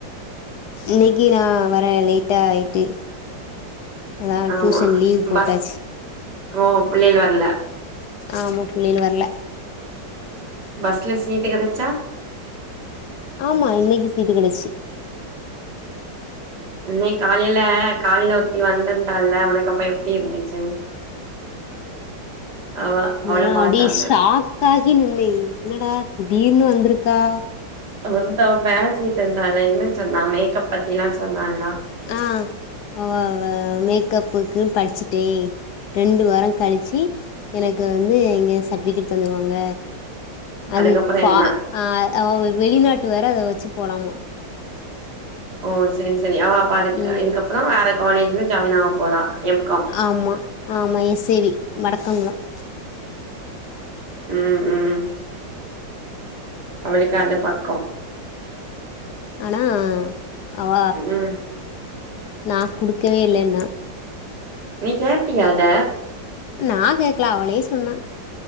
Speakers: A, on the left; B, on the right.
A: இன்னைக்கி நா வர லேட் ஆயிட்டு அதா
B: ஆமா
A: டியூஷன் லீவ் போட்டாச்சு
B: பஸ் ஓ புள்ளைகள் வர்ல
A: ஆமா புள்ளைகல் வர்ல
B: பஸ்ல சீட்டு கடச்சா
A: ஆமா இன்னைக்கி சீட்டு கெடைச்சிச்சி
B: இன்னக்கி காலையில காலையில ஒர்த்தி வந்திருந்தால்ல உனக்கு அப்ப எப்டி இருந்துச்சு அவ அவள
A: நா
B: பாத்தோன்ன
A: அப்டியே ஷாக் ஆகி நின்னே என்னடா திடீர்னு வந்திருக்கா
B: அப்ப வந்தவ பேஸிகிட்டு இருந்தால என்ன சொன்னா மேக்கப் பத்தி எல்லா சொன்னாலா
A: ஆ அவ அவ மேக்கப்புக்குன் படிச்சிட்டே ரெண்டு வாரங் கழிச்சு எனக்கு வந்து இங்க சர்ட்டிஃபிகேட் தந்துடுவாங்க அது
B: அதுக்கப்புறோ
A: ஃபா
B: என்ன
A: அ அவ வெளிநாட்டு வேற அத வச்சி போலாமா
B: ஓ சரி சரி அவ அப்ப அதுக்கு
A: ம்
B: இதுக்கப்புறம் வேற காலேஜ்ல ஜாயின் ஆக போறா எம் காம்
A: ஆமா ஆமா எஸ் ஏ வி வடக்கங்குளம்
B: ம் ம் அவளுக்கு அந்த பக்கொ
A: ஆனா அவ
B: ம்
A: நா குடுக்கவே இல்லேன்னா
B: நீ கேட்டியா அத
A: நா கேக்ல அவளே சொன்னா